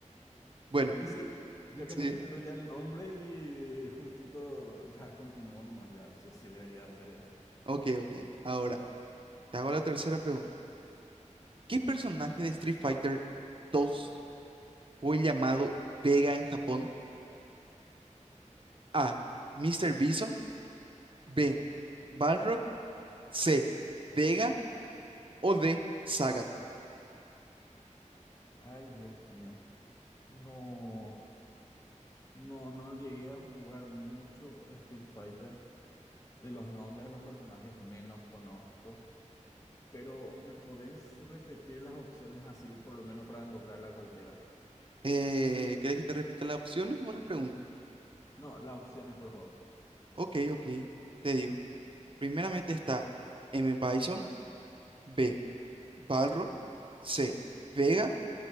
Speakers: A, on the right; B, on the left.
A: Bueno,
B: Y sí, ya que
A: sí.
B: me diste lo ya el nombre y justito ya continuó nomás, ya sí o sí debería de ser eso.
A: Ok, ok. Ahora, te hago la tercera pregunta. ¿Qué personaje de Street Fighter dos fue llamado Vega en Japón? A. Mr. Bison. B. Balrog. C. Vega. o D, Zagat.
B: Ay, Dios mío. No, no, no llegué a jugar mucho Street Fighter. De los nombres de los personajes menos conozco. Pero ¿me podés repetir las opciones así, por lo menos para invocarla a cualquiera?
A: Eh, ¿querés que te repita las opciones o las preguntas?
B: No, las opciones, por favor.
A: Ok, ok, te digo. Primeramente está M. Bison, B, Balrog, C, Vega